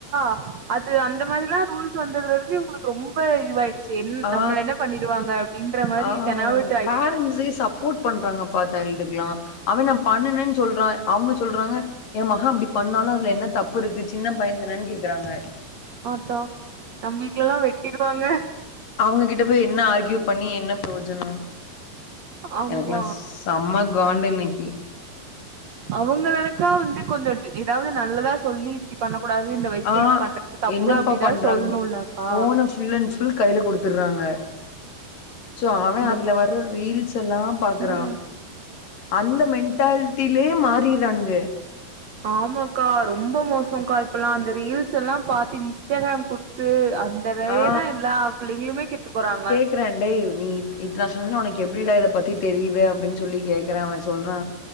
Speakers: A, on the right; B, on the left.
A: <inaudible> அது அந்த மாரிலா ரூல்ஸ் வந்ததுல இருந்து இவங்களுக்கு ரொம்ப இதுவாயிடுச்சு என்
B: ஆ
A: நம்பள என்ன பண்ணிருவாங்க ன்றமாரி
B: ஆ
A: தெனாவட்
B: பேரண்ட்ஸே சப்போர்ட் பண்றாங்கப்பா சைல்டுக்குலா அவே நா பண்ணுனன் சொல்றா அவுங்க சொல்றாங்க எ மக அப்படி பண்ணாலு அதுல என்ன தப்பு இருக்கு சின்ன பைய தானேன்னு கேக்குறாங்க
A: ஆத்தா நம் வீட்லெல்லா வெட்டிருவாங்க
B: அவுங்க கிட்ட போய் என்ன ஆர்கியூ பண்ணி என்ன பிரோஜனோ
A: ஆமா
B: எனக்குலா செம்மா காண்டு இன்னிக்கி
A: அவுங்க தானக்கா வந்து கொஞ்சோ எதாவது நல்லதா சொல்லி இ பண்ணக்கூடாது இந்த வயசுல
B: ஆ
A: இது பண்றது தப்பு
B: என்னப்பா
A: அப்படிதா
B: பண்றாங்க
A: சொல்ணுல்லக்கா
B: போன ஃபுல் அண்ட் ஃபுல் கைல குடுத்துறாங்க சோ அவே
A: இந்த
B: அதுல வர ரீல்ஸ் த்தெல்லா பாக்குறா
A: ம்
B: அந்த மெண்ட்டால்ட்டிலே மாறிறாங்க
A: ஆமாக்கா ரொம்ப மோசோ கா இப்பல்லா அந்த ரீல்ஸெல்லா பாத்து இன்ஸ்டாகிராம் குடுத்து அந் <inaudible>
B: ஆ
A: தா எல்லா புள்ளிகளுமே கெட்டு போறாங்க
B: க்ற டேய் நீ இத் இத்தன வருஷம்னா உனக்கு எப்டிடா இத பத்தி தெரியிது அப்டின் சொல்லி கேக்கறே அவே சொல்றா